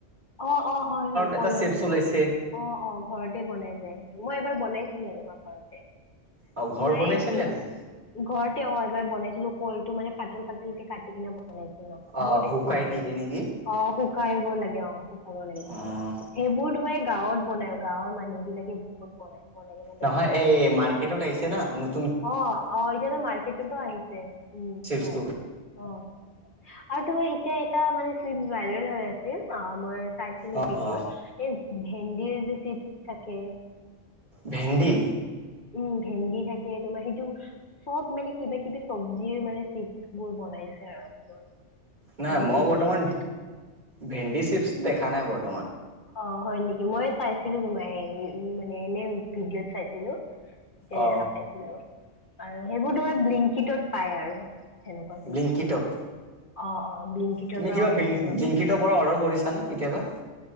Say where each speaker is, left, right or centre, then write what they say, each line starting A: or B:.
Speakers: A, on the left; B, on the right.
A: অ অ হয় হয়
B: এটা
A: কলৰ
B: চিপছ
A: যে
B: ওলাইছে
A: অ অ ঘৰতে বনাই যে। মই এবাৰ বনাইছিলো এনেকুৱা ঘৰতে।
B: অঁ
A: তোমাৰ
B: ঘৰ বনাইছে
A: এইটো
B: নে নেকি
A: ঘৰতে অ এবাৰ বনাইছিলো। কলটো মানে পাতল পাতলকে কাটি কিনে। বনাইছো ন
B: অঁ
A: বৰ টেষ্টি
B: শুকাই
A: লাগে
B: দিয়ে নেকি
A: অ শুকাইব লাগে অ। শুকাব সেইবোৰ
B: অঁ
A: তোমাৰ গাঁৱত বনাই গাঁৱৰ মানুহ বিলাকে বহুত বনাই। কিনে
B: নহয়
A: বেচে
B: এই মাৰ্কেটত আহিছে না নতুন।
A: অ অ এতিয়াতো মাৰ্কেটতো আহিছে উম
B: চিপছটো
A: হয় অ। আৰু তোমাৰ এতিয়া এটা চিপছ ভাইৰেল হৈ আছিল। চাইছিলো
B: অ
A: ভিডিঅ'ত
B: অ
A: এই ভেন্দিৰ যে চিপছ থাকে <unintelligible>
B: ভেন্দি
A: উম ভেন্দি থাকে তোমাৰ সেইটো চব মানে কিবা কিবি চব্জিৰ মানে চিপছ বোৰ বনাই বনাইছে সেইবোৰ
B: নাই
A: আজিকালি
B: মই বৰ্তমান
A: ওলাইছে।
B: ভেন্দী চিপছ দেখা নাই বৰ্ত
A: অ হয় নেকি মই চাইছিলো তোমাৰ মানে এনে ভিডিঅ'ত চাইছিলো তেতিয়া
B: অ
A: দেখা পাইছিলো আৰু সেইবোৰ তোমাৰ ব্লিংকটত পায় আৰু সেনেকুৱা চিপছবোৰ
B: ব্লিংকিটত
A: অ অ ব্লিংকিটৰ
B: তুমি
A: পৰা
B: কিবা
A: অৰ্ডাৰ কৰিব
B: ব্লিংকিটৰ
A: পাৰা
B: পৰা অৰ্ডাৰ কৰিছা না কেতিয়াবা